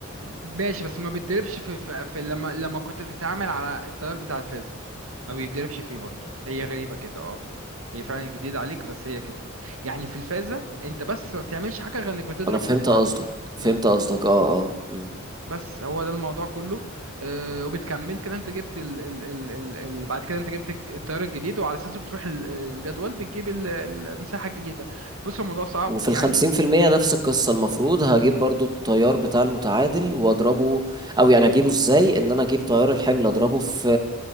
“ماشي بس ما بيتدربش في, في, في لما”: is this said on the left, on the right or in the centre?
Right